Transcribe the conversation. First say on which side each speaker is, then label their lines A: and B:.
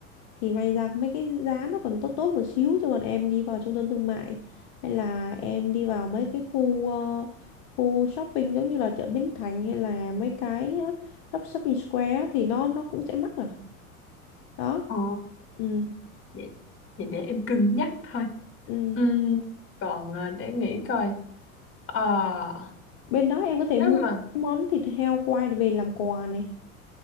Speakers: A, on the left; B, on the left.
A: thì may ra mấy cái giá nó còn tốt tốt một xíu chứ còn em đi vào trung tâm thương mại hay là em đi vào mấy cái khu ờ, khu shopping giống như là chợ Bến Thành hay là mấy cái ờ, shop- shopping square á, thì nó nó cũng sẽ mắc à đó
B: Ờ.
A: Ừ,
B: vậy, vậy để em cân nhắc thôi
A: ừ.
B: Ừm, còn à, để nghĩ coi Ờ,
A: Bên đó em có thể mua
B: nếu mà
A: cái món thịt heo quay về làm quà này.